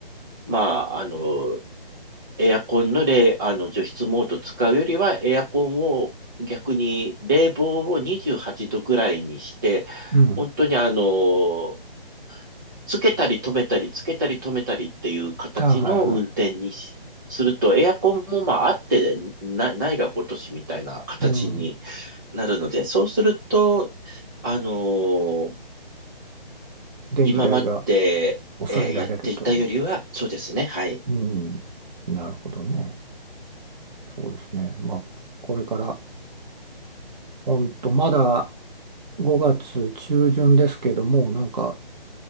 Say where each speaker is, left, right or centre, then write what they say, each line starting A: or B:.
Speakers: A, on the right; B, on the right.
A: まあ、あの、エアコンの冷、あの除湿モード使うよりは、エアコンを逆に冷房を28度ぐらいにして、
B: うん。
A: 本当にあの、つけたり止めたり、つけたり止めたりっていう形の運転にしすると、
B: ああ、はいは
A: エアコンもまああってな、ないがごとしみたいな形に
B: い。うん。
A: なるので、そうすると、あのー
B: 電気代が
A: 今まで、
B: 抑えられるという。
A: えーやっていたよりは、そうですね、はい。
B: うん。なるほどね。そうですね。まあ、これから、ほんと、まだ5月中旬ですけども、なんか